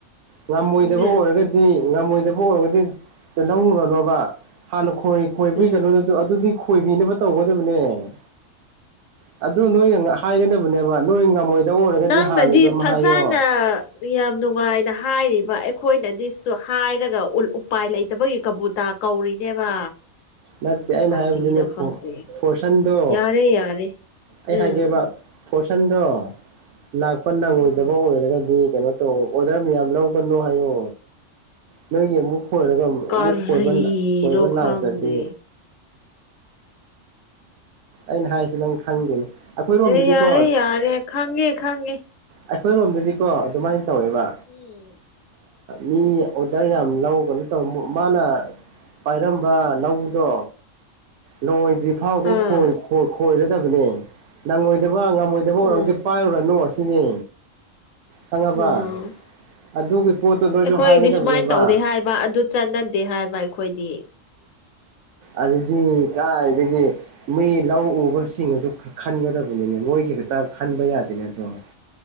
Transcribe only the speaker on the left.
ꯎꯝ
ꯎꯝ
ꯅꯪꯅꯗꯤ
ꯐꯖꯅ
ꯌꯥꯝ ꯅꯨꯡꯉꯥꯏꯅ ꯍꯥꯏꯔꯤꯕ ꯑꯩꯈꯣꯏꯅꯗꯤ ꯍꯥꯏꯔꯒ ꯎꯄꯥꯏ ꯂꯩꯇꯕꯒꯤ ꯀꯕꯨꯇꯥ ꯀꯧꯔꯤꯅꯦꯕ
ꯀꯔꯤꯔ
ꯈꯪꯗꯦ
ꯌꯥꯔꯦ ꯌꯥꯔꯦ
ꯎꯝ
ꯎꯝ
ꯀꯔꯤꯔꯣ
ꯈꯪꯗꯦ
ꯑꯦ ꯌꯥꯔꯦ ꯌꯥꯔꯦ ꯈꯪꯉꯦ ꯈꯪꯉꯦ
ꯎꯝ
ꯑꯥ
ꯎꯝ
ꯎꯝ
ꯑꯩꯈꯣꯏꯒꯤꯗꯤ
ꯁꯨꯃꯥꯏꯅ ꯇꯧꯗꯦ ꯍꯥꯏꯕ ꯑꯗꯨ ꯆꯠꯅꯗꯦ ꯍꯥꯏꯕ ꯑꯩꯈꯣꯏꯗꯤ